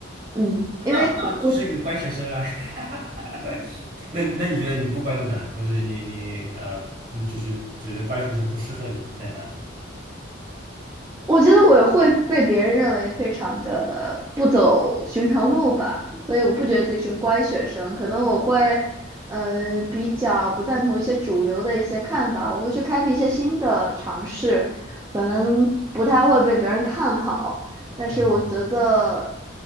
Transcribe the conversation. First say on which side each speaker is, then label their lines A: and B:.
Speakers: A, on the right; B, on the right.
A: 嗯，
B: 那那就是一个乖学生啊，
A: 因为我。
B: <laughs> 那那你觉得你不乖在哪里，或者是你你呃，嗯就是觉得乖学生不适合你是在哪里？
A: 我觉得我会被别人认为非常的不走寻常路吧，所以我不觉得自己是个乖学生，可能我会，呃，比较不赞同一些主流的一些看法，我会去开辟一些新的尝试，可能不太会被别人看好，
B: 嗯
A: 但是我觉得
B: 嗯